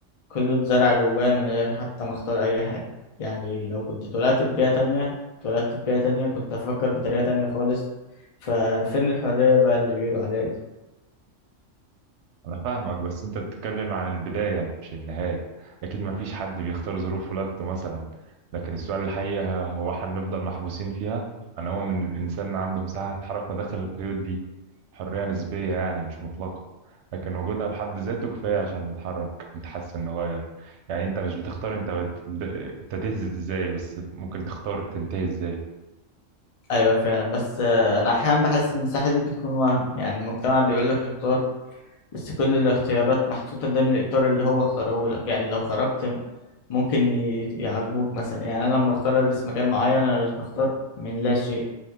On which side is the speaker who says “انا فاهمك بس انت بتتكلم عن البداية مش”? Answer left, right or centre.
Right